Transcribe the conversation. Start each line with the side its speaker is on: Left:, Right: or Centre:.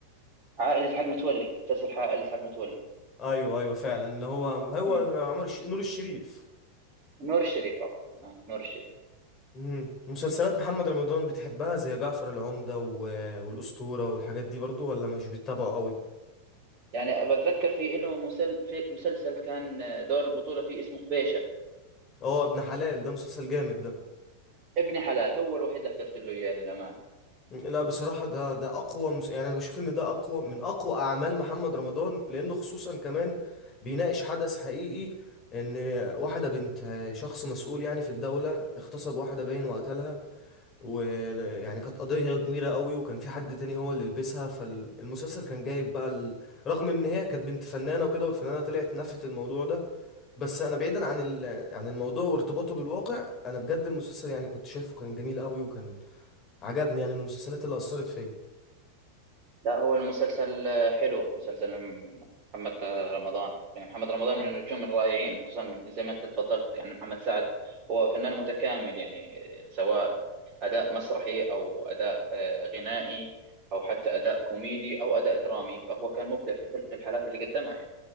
Right: عائلة الحاج متولي مسلسل عائلة الحاج متولي
Left: ايوه ايوه فعلا اللي هو هو
Right: مم.
Left: عمر الش... نور الشريف
Right: نور الشريف عفوا آه، نور الشريف
Left: امم مسلسلات محمد رمضان بتحبها زي جعفر العمدة و... والأسطورة والحاجات دي برضو ولا مش بتتابعه قوي
Right: يعني بتذكر في له مسل... في مسلسل كان آه، دور البطولة فيه اسمه خبيشة
Left: اه ابن حلال ده مسلسل جامد ده
Right: ابن حلال هو الوحيد اللي حضرت له إياه للأمانة
Left: مم، لا بصراحة ده ده أقوى مس... يعني أنا بشوف إن ده أقوى من أقوى أعمال محمد رمضان لأنه خصوصا كمان بيناقش حدث حقيقي إن واحدة بنت شخص مسؤول يعني في الدولة اغتصب واحدة باين وقتلها ويعني كانت قضية كبيرة قوي وكان في حد تاني هو اللي لبسها فالمسلسل كان جايب بقى ال... رغم ان هي كانت بنت فنانة وكده والفنانة طلعت نفت الموضوع ده بس انا بعيدا عن ال... عن الموضوع وارتباطه بالواقع انا بجد المسلسل يعني كنت شايفه كان جميل قوي وكان عجبني يعني من المسلسلات اللي اثرت فيا
Right: لا هو المسلسل آه، حلو مسلسل م- محمد رمضان يعني محمد رمضان من النجوم الرائعين خصوصا من- زي ما انت تفضلت يعني محمد سعد هو فنان متكامل يعني آه، سواء أداء مسرحي أو أداء آه، غنائي أو حتى أداء كوميدي أو أداء درامي فهو كان مبدع في كل الحالات اللي قدمها يعني